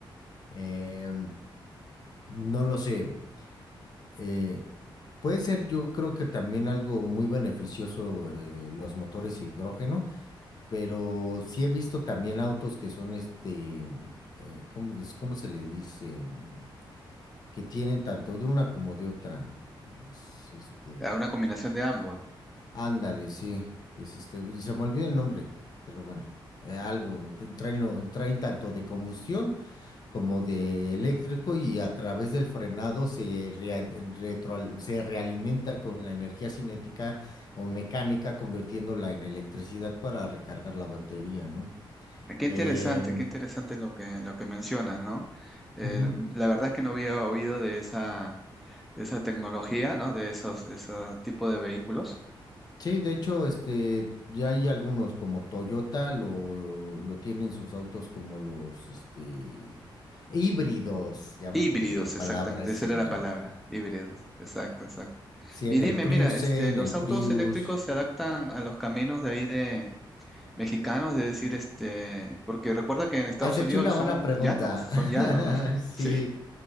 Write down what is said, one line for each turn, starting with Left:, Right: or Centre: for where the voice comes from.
Left: Em, no lo sé. eh, Puede ser, yo creo que también algo muy beneficioso eh, los motores hidrógeno, pero sí he visto también autos que son este, eh, ¿cómo, es- cómo se le dice? Mm, Que tienen tanto de una como de otra. Es, este,
Centre: A una combinación de ambos.
Left: ándale, sí, es este, uy, se me olvidó el nombre, pero bueno, eh, algo, t- traen, lo- traen tanto de combustión como de eléctrico y a través del frenado se, rea- retroal- se realimenta con la energía cinética o mecánica, convirtiéndola en electricidad para recargar la batería, ¿no?
Centre: Eh, Qué
Left: Eh,
Centre: interesante, qué interesante lo que, lo que mencionas, ¿no? Eh,
Left: ujú.
Centre: la verdad es que no había oído de esa, de esa tecnología, ¿no? De esos, de ese tipo de vehículos.
Left: Sí, de hecho, este, ya hay algunos como Toyota lo, lo tienen sus autos como los, este, híbridos, ya me
Centre: Híbridos,
Left: acordé, la palabra
Centre: exactamente,
Left: es
Centre: esa
Left: híbridos.
Centre: era la palabra, híbridos, exacto, exacto.
Left: Sí,
Centre: Y
Left: en
Centre: dime,
Left: el Prius,
Centre: mira, este,
Left: en
Centre: los
Left: el
Centre: autos
Left: Prius.
Centre: eléctricos se adaptan a los caminos de ahí de mexicanos, de decir, este, porque recuerda que en Estados
Left: Has hecho
Centre: Unidos
Left: una buena
Centre: son
Left: pregunta.
Centre: llanos, son
Left: <laughs>
Centre: llanos, ¿no? <laughs>
Left: Sí.
Centre: Sí.